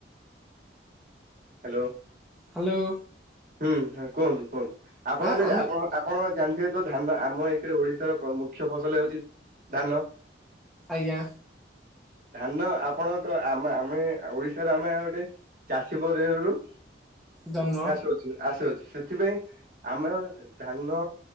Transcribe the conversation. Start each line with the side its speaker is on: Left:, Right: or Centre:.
Right: ହାଲୋ।
Centre: ହାଲୋ।
Right: ହୁଁ ହୁଁ କୁହନ୍ତୁ କୁହନ୍ତୁ ଆପଣଙ୍କର
Centre: ହଁ
Right: ଯଦି
Centre: ଆମେ
Right: ଆପଣ ଆପ ଆପଣ ଜାଣିଥିବେ ତ ଧାନ ଆମ ଏକରେ ଓଡିଶାରେ ମୁଖ୍ୟ ଫସଲ ହେଉଛି ଧାନ।
Centre: ଆଜ୍ଞା।
Right: ଧାନ ଆପଣ ତ ଆମ ଆମେ ଓଡିଶାରେ ଆମେ ଆଉ ଗୋଟେ ଚାଷୀ ପରିବାରରୁୁ
Centre: ଜନ୍ମ
Right: ଆସୁଅଛୁ ଆସୁଅଛୁ ସେଥିପାଇଁ ଆମେ ଧାନ